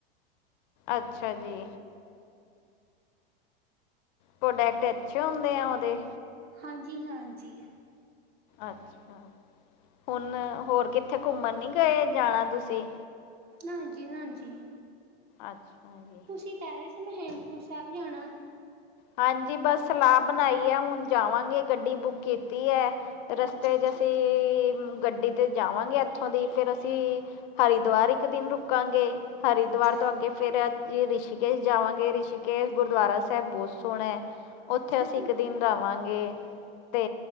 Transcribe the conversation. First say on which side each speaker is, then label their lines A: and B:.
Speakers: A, on the left; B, on the right.
A: ਅੱਛਾ ਜੀ। ਪ੍ਰੋਡਕਟ ਅੱਛੇ ਹੁੰਦੇ ਆ ਉਹਦੇ।
B: ਹਾਂਜੀ-ਹਾਂਜੀ।
A: ਅੱਛਾ। ਹੁਣ, ਹੋਰ ਕਿੱਥੇ ਘੁੰਮਣ ਨੀ ਗਏ ਜਾਣਾ ਤੁਸੀਂ।
B: ਨਾਜੀ, ਨਾ ਜੀ।
A: ਅੱਛਾ ਜੀ।
B: ਤੁਸੀਂ ਕਹਿ ਰਹੇ ਸੀ ਮੈਂ ਹੇਮਕੁੰਟ ਸਾਹਿਬ ਜਾਣਾ।
A: ਹਾਂਜੀ ਬੱਸ ਸਲਾਹ ਬਣਾਈ ਐ ਹੁਣ ਜਾਵਾਂਗੇ ਗੱਡੀ ਬੁੱਕ ਕੀਤੀ ਐ। ਰਸਤੇ
B: ਅੱਛਾ
A: 'ਚ'
B: ਜੀ,
A: ਅਸੀਂ, ਗੱਡੀ ਤੇ ਜਾਵਾਂਗੇ ਇੱਥੋਂ ਦੀ ਫੇਰ ਅਸੀਂ ਹਰਿਦੁਵਾਰ ਇੱਕ ਦਿਨ ਰੁਕਾਂਗੇ ਹਰਿਦੁਵਾਰ
B: ਅੱਛਾ
A: ਤੋਂ
B: ਜੀ,
A: ਅੱਗੇ ਫਿਰ ਅਸੀ ਰਿਸ਼ੀਕੇਸ਼ ਜਾਵਾਂਗੇ ਰਿਸ਼ੀਕੇਸ਼ ਗੁਰਦੁਆਰਾ ਸਾਹਿਬ ਬਹੁਤ ਸੋਹਣਾ। ਉੱਥੇ
B: ਅੱਛਾ
A: ਅਸੀਂ
B: ਜੀ।
A: ਇੱਕ ਦਿਨ ਰਵਾਂਗੇ। ਤੇ